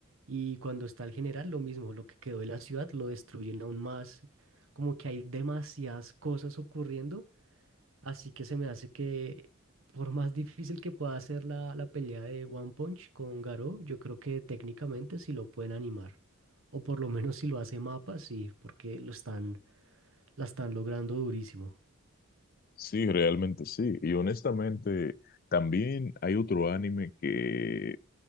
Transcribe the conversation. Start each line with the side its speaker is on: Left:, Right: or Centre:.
Right: y cuando está el general lo mismo, lo que quedó de la ciudad lo destruyen aún más, como que hay demasiadas cosas ocurriendo Así que se me hace que, por más difícil que pueda ser la, la pelea de One Punch con Garou, yo creo que técnicamente sí lo pueden animar. O por lo menos si lo hace Mapa, sí, porque lo están, la están logrando durísimo.
Left: Sí, realmente sí. Y honestamente, también hay otro anime que,